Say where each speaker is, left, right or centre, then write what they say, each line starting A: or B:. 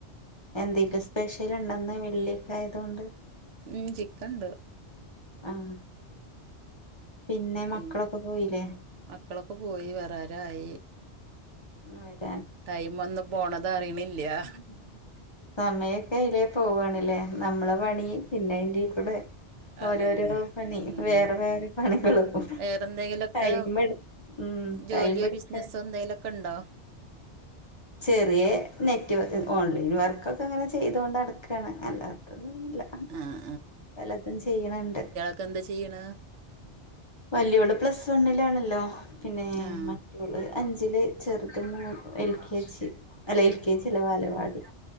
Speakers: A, on the left; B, on the right.
A: എന്തേക്ക് സ്പെഷ്യല്ണ്ടോന്ന് വെള്ളിക്കായതോണ്ട്
B: ഉം ചിക്കണ്ട്
A: ആഹ് പിന്നെ
B: പി
A: മക്ക്ളൊക്കെ പോയീലെ
B: മക്കളൊക്കെ പോയി വരാരായി
A: ആഹ്‌ വെ
B: ടൈമൊന്നും പോണതറിണില്ല്യാ
A: <unintelligible> സമയൊക്കെ എയ്ലേ പോവാണ് ല്ലേ നമ്മളെ പണി പിന്നെ അയ്ന്റീക്കൂടെ ഓരോരോ
B: അതന്നെ
A: പണി
B: ഉം
A: വേറെ വേറെ പണികള് ഓ
B: വേറെന്തെങ്കിലൊക്കെ
A: ടൈമെടു ഉം
B: ജോലിയോ
A: ടൈമെടുക്കാ
B: ബിസിനസ്സോ എന്തെങ്കിലൊക്കെ ഉണ്ടോ
A: ചെറിയെ നെറ്റ് ഓൺലൈൻ വർക്കൊക്ക അങ്ങന ചെയ്തു കൊണ്ട് നടക്കാണ് അല്ലാ ന്നുല്ല
B: ആഹ്
A: വല്ലതും ചെയ്യണണ്ട്
B: ക്കെന്താ ചെയ്യണ്
A: വല്യോള് പ്ലസ് വണ്ണിലാണല്ലോ പിന്നെ
B: ആഹ്
A: മ ഇവള് അഞ്ചില് ചെറുത് മൂ എൽ കെ ജി അല്ല എൽ കെ ജിയല്ല ബാലവാടി